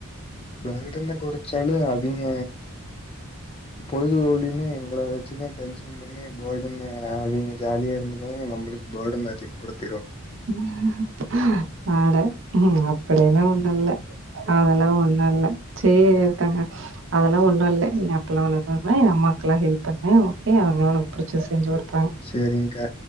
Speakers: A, on the left; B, on the right.
A: பர்டன கொறச்சாளு அவைங்க பொழுதுபோலின்னு எங்கள வெ சுதா டென்ஷன் பண்ணி பர்டன் அவங்க ஜாலியா இருந்துடுவாங்க நம்பளுக்கு பர்டன் அதிகப்படுத
B: ஹ்ஹ்ம் அட உஹ்ம் அப்படியெல்லா ஒண்ணு இல்ல அதெல்லா ஒண்ணு இல்ல சேரி எடுத்தாங்க அதெல்லா ஒண்ணு இல்ல நீ அப்டில்லா ஒண்ணு <unintelligible> அம்மாக்கெல்லா ஹெல்ப் பண்ணு ஓகே அவங்க ஒனக் பிடிச்சது செஞ்சு குடுப்
A: சரிங்கா